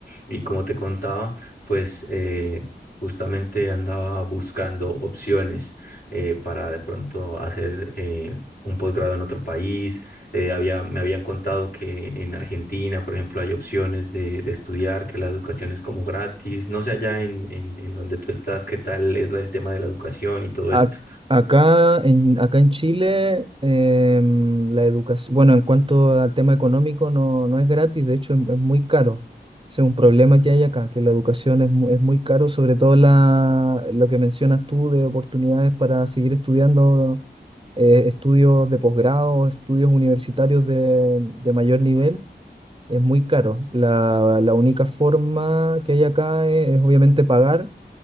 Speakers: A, on the left; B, on the right.
A: Y como te contaba, pues eh, justamente andaba buscando opciones eh, para de pronto hacer eh, un posgrado en otro país eh, había, me habían contado que en Argentina, por ejemplo, hay opciones de, de estudiar, que la educación es como gratis. No sé allá en, en, en donde tú estás, qué tal es la- el tema de la educación y todo
B: Ac-
A: esto.
B: acá en, acá en Chile, em, la educación, bueno, en cuanto al tema económico, no, no es gratis, de hecho es, es muy caro. Ese es un problema que hay acá, que la educación es, mu- es muy caro, sobre todo la, lo que mencionas tú de oportunidades para seguir estudiando eh, estudios de posgrado, estudios universitarios de, de mayor nivel, es muy caro. La, la única forma que hay acá es es obviamente pagar.